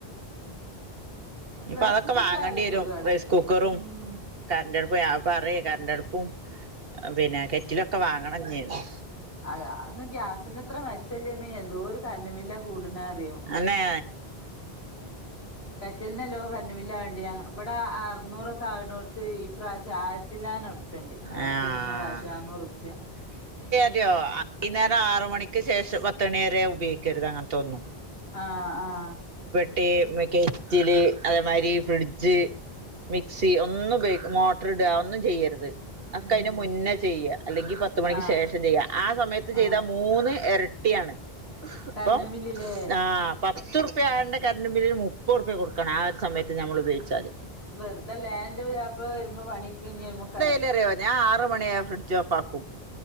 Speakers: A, on the right; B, on the left.
A: ഇപ്പ
B: റൈസ്
A: അതൊക്കെ
B: കുക്കറുണ്ടായാല്
A: വാങ്ങേണ്ടി വരും
B: സുഖാണ്
A: റൈസ് കുക്കറും
B: ഉം
A: കരണ്ട്ടുപ്പും ഞപ്പ പറ കരണ്ട്ടുപ്പും പിന്നെ കെറ്റിലൊക്കെ വാങ്ങണംന്നേരുന്നു
B: അ അന്ന് ഗ്യാസിന്ത്ര മെച്ചല്? എന്തോ ഒരു കറന്റ്‌ ബില്ല് ആ കൂടുന്ന-
A: അന്നെ
B: കലല്ലില്ല ഇവിടെ അറൂറ കാവിടനോടുത്ത് ഈ പ്രാചാരത്തില്ലാന ണ്ട് ആയിരത്തി
A: ആഹ്
B: മുന്നൂറ ആയിരത്തി നന്നൂറുപ്യ
A: ോ വൈകുന്നേരം ആറ മണിക്ക് ശേഷം പത്ത മണി വരെ ഉപയോഗിക്കരുത് അങ്ങനത്തെൊോന്നും
B: ആഹ ആഹ
A: ട്ട കെസ്റ്റില് അതേമാരി ഫ്രിഡ്ജ് മിക്സി ഒന്നും ഉപയോഗ മോട്ടർ ഇടുക ഒന്നും ചെയ്യരുത് അക്കെ
B: ഉം
A: അതിനന് മുന്നേ ചെയ്യ അല്ലെങ്കിൽ പത്ത മണിക്ക്
B: ആഹ്
A: ശേഷം ചെയ്യ ആ സമയത്ത് ചെയ്ത
B: ആഹ്
A: മൂന്ന് എരട്ട കുട്ടിയാണ് ഇപ്പം
B: കറണ്ട് ബില്ലില്ലേ
A: ആഹ് പത്തുറ്പ്യ ആവന്റ്യ കറണ്ട് ബില്ലിന് മുപ്പൊറ്പ്യ കൊടുക്കണം ആ ഒരു സമയത്ത് ഞമ്മൾ ഉപയോഗിച്ചാൽ
B: വെറുതെ ലാൻഡപുത്യാപ് ള വരുമ്പോ പണി കഴിഞ്ഞ് വരുമോക
A: ന്തറ്യോ ഞാൻ ആറ് മണി ആയാ ഫ്രിഡ്ജ് ഓഫാക്കും